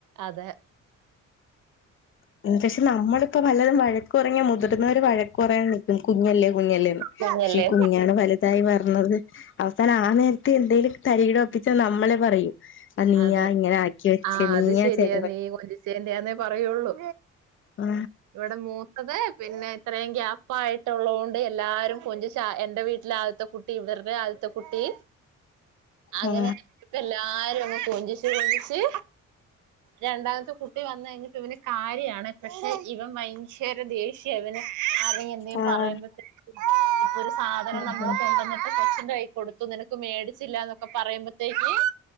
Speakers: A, on the right; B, on the left.
A: അതെ
B: <unintelligible> നമ്മളിപ്പോ പലതും വഴക്കു പറഞാ മുതിർന്നൊര് വഴക്ക് പറയാൻ നിക്കും കുഞ്ഞല്ലേ കുഞ്ഞല്ലെന്ന്
A: കുഞ്ഞല്ലേ
B: പഷെ കുഞ്ഞാണ് വല്തായി വര് തിന്നത് അവസാന ആ നേരത്തെ എന്തേലും തരികിട ഒപ്പിച്ച നമ്മളെ പറയും. ആ നീയാ
A: അതെ
B: ഇങ്ങനെ ആക്കി വെച്ചേ
A: ആഹ
B: നീയാ
A: അത് ശെരിയാ
B: ചെ
A: നീ കൊഞ്ചിച്ചേന്റെന്നാ പറയുള്ളൂ.
B: ആ
A: ഇവിടെ മൂത്തത് പിന്നെ ഇത്രയും ഗ്യാപ്പാആയിട്ടുള്ളോണ്ട് എല്ലാരും കൊഞ്ചിച്ച് എന്റെ വീട്ടിലെ ആദ്യത്തെ കുട്ടി ഇവര്ടെ ആദ്യത്തെ കുട്ടി അങ്ങനെപ്പല്ലാരും
B: ആ
A: കൊഞ്ചിച്ച് കൊഞ്ചിച്ച് രണ്ടാമത്തെ കുട്ടി വന്ന് കഴിഞ്ഞിട്ട് ഇവന് കാര്യാണ് പക്ഷെ ഇവൻ ഭയങ്കര ദേഷ്യ ഇവന് <inaudible> എന്തേം
B: ആ
A: പറയുമ്പത്തേ ഒരു സാധനം
B: ഉം
A: നമ്മള് കൊണ്ടുവന്നിട്ട് കൊ ന്തായി കൊടുത്തു നിനക്ക് മേടിച്ചില്ലാന്നൊക്കെ പറയുമ്പോത്തേക്ക്